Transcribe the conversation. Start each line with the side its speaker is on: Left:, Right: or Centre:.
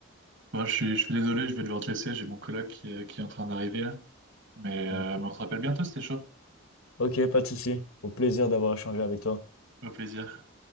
Right: Bon, je suis, je suis désolé, je vais devoir te laisser, j'ai mon coloc qui, est- qui est en train d'arriver là. Mais, euh,
Left: Donc,
Right: mais on se rappelle bientôt, c'était chaud.
Left: Ok, pas de souci. Au plaisir d'avoir échangé avec toi.
Right: Au plaisir.